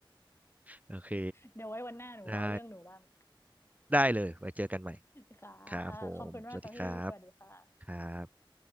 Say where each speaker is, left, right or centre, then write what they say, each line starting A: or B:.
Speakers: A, on the right; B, on the left.
A: โอเค
B: เดี๋ยวไว้วันหน้าหนูเล่าเรื่องหนูบ้าง
A: ได้ ได้เลยไว้เจอกันใหม่
B: <laughs> ค่ะ
A: ครับผมสวัสดีครับ
B: ขอบคุณมากค่ะพี่สวัสดีค่ะ
A: ครับ